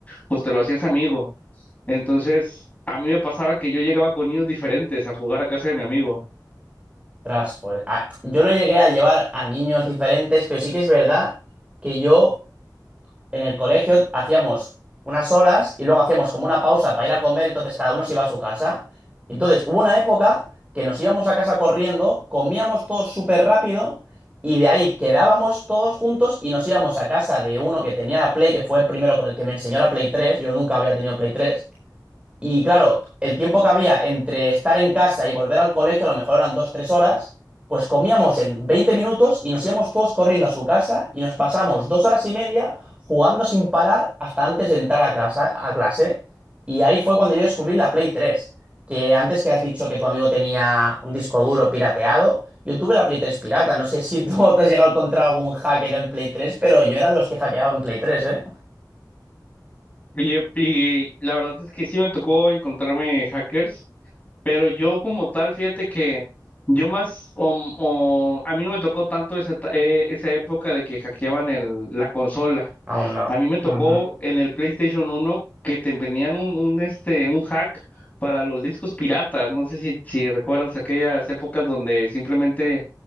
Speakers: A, on the left; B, on the right.
A: pues te lo hacías amigo. Entonces, a mí me pasaba que yo llegaba con niños diferentes a jugar a casa de mi amigo.
B: Tras, pues. ah, yo no llegué a llevar a niños diferentes, pero sí que es verdad que yo en el colegio hacíamos unas horas y luego hacíamos como una pausa para ir a comer, entonces cada uno se iba a su casa. Entonces hubo una época que nos íbamos a casa corriendo, comíamos todos súper rápido y de ahí quedábamos todos juntos y nos íbamos a casa de uno que tenía la Play, que fue el primero con el que me enseñó la Play 3, yo nunca había tenido Play 3. Y claro, el tiempo que había entre estar en casa y volver al colegio, a lo mejor eran dos, tres horas, pues comíamos en 20 minutos y nos íbamos todos corriendo a su casa y nos pasamos dos horas y media jugando sin parar hasta antes de entrar a casa, a clase. Y ahí fue cuando yo descubrí la Play tres que antes que has dicho que tu amigo tenía un disco duro pirateado, yo tuve la Play 3 pirata. No sé si tú <laughs> te has llegado a encontrar algún hacker en Play tres pero yo era de los que hackeaban Play tres ¿eh?
A: Y, eh, y la verdad es que sí me tocó encontrarme hackers, pero yo como tal, fíjate que yo más, o, o- a mí no me tocó tanto esa, eta- eh, esa época de que hackeaban el, la consola.
B: Aún no.
A: A mí me tocó
B: Ujú.
A: en el PlayStation uno que te vendían un, un, este, un hack para los discos piratas. No sé si, si recuerdas aquellas épocas donde simplemente